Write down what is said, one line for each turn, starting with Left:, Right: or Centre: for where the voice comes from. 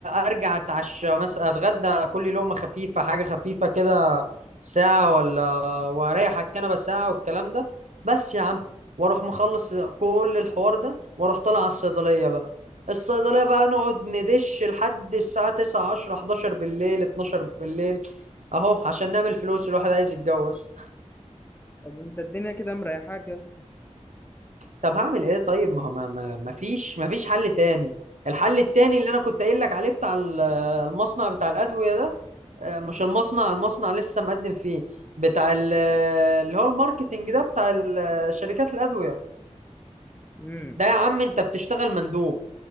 Right: ارجع اتعشى مثلا اتغدى كل لقمه خفيفه حاجه خفيفه كده ساعه ولا واريح على الكنبه ساعه والكلام ده بس يا عم واروح مخلص كل الحوار ده واروح طالع على الصيدليه بقى الصيدليه بقى نقعد ندش لحد الساعه 9 10 11 بالليل 12 بالليل اهو عشان نعمل فلوس الواحد عايز يتجوز
Left: طب وانت الدنيا كده مريحاك يا اسطى
Right: طب هعمل ايه طيب ما هو ما ما ما فيش ما فيش حل تاني الحل التاني اللي انا كنت قايل لك عليه بتاع ال- المصنع بتاع الادويه ده آه، مش المصنع المصنع لسه مقدم فيه بتاع ال- اللي هو الماركتينج ده بتاع ال- شركات الادويه
Left: امم
Right: ده يا عم انت بتشتغل مندوب